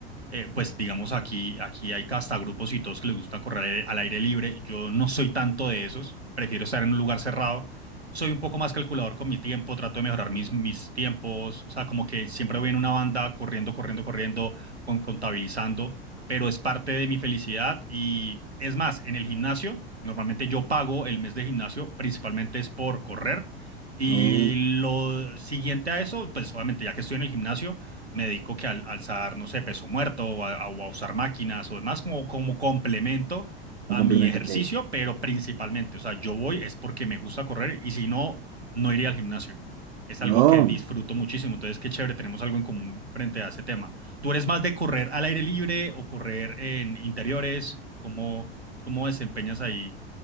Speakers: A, on the right; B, on the right.
A: eh, pues digamos aquí, aquí hay hasta grupos y todos que les gusta correr al aire, al aire libre. Yo no soy tanto de esos, prefiero estar en un lugar cerrado. Soy un poco más calculador con mi tiempo, trato de mejorar mis, mis tiempos, o sea, como que siempre voy en una banda corriendo, corriendo, corriendo, con, contabilizando, pero es parte de mi felicidad y es más, en el gimnasio, normalmente yo pago el mes de gimnasio, principalmente es por correr. Y
B: No,
A: lo siguiente a eso, pues obviamente ya que estoy en el gimnasio, me dedico que al alzar, no sé, peso muerto o a, o a usar máquinas o demás como, como complemento a
B: un complemento
A: mi ejercicio,
B: que hay.
A: pero principalmente, o sea, yo voy es porque me gusta correr y si no, no iría al gimnasio. Es
B: No.
A: algo que disfruto muchísimo, entonces qué chévere, tenemos algo en común frente a ese tema. ¿Tú eres más de correr al aire libre o correr en interiores? ¿Cómo, cómo desempeñas ahí